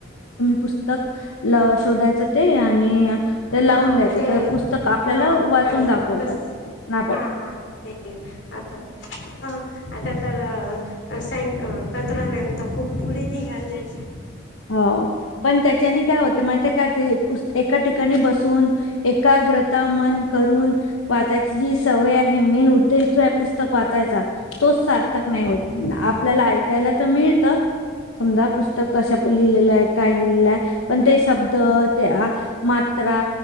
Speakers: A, on the left; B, on the left.
A: पुस्तक ल शोधायच ते
B: हा
A: लावून द्यायचं
B: ते
A: पुस्तक आपल्याला
B: हा
A: वाचून
B: ते
A: दाखवतात
B: तस
A: नाण
B: हा हा ते आता हा आता तर स स्वतंत्रज्ञान खूप पुढे निघालेय
A: हो पण त्याच्याने काय होते माहित का ते एका ठिकाणी बसून एकाग्रता मन करून वाचायची जी सवय आहे मेन उद्देश जो आहे पुस्तक वाचायचा तोच सार्थक नाही होत
B: हा
A: आपल्याला ऐकायला तर मिळत समजा पुस्तक कशाण लिहिलेलं आहे काय लिहिलेलं आहे पण ते शब्द ते मात्रा